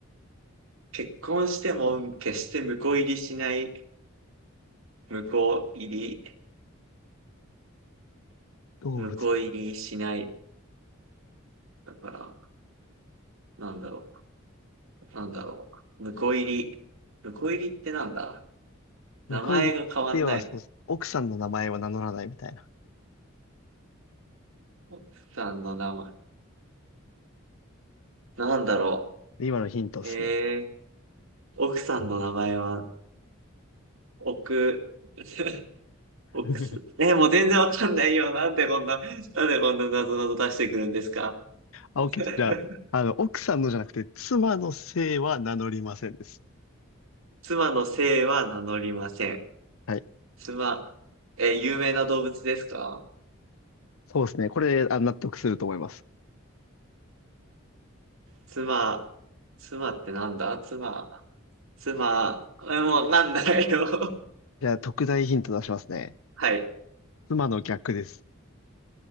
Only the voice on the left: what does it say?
動物。
婿入りっては、そう、奥さんの名前は名乗らないみたいな。
で今のヒントっすね。
<laughs>
あ、OK
です。じゃあ、あの、奥さんのじゃなくて、妻の姓は名乗りませんです。
はい。
そうですね。これ、あ、納得すると思います。
じゃあ、特大ヒント出しますね。
妻の逆です。